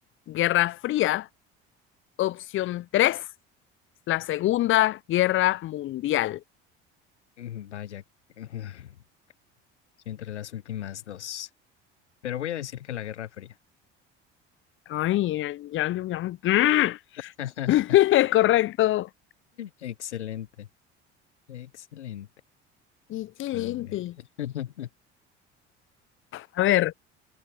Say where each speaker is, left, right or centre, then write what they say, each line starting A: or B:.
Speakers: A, on the left (about 40°); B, on the left (about 85°).
A: Guerra Fría. Opción tres la Segunda Guerra Mundial.
B: Mm, Vaya, <laughs> estoy entre las últimas dos. Pero voy a decir que la Guerra Fría.
A: Ay, ya, ya, ya. <laughs>
B: <laughs>
A: Correcto.
B: Excelente, excelente.
A: Excelente.
B: A ver. <laughs>
A: A ver,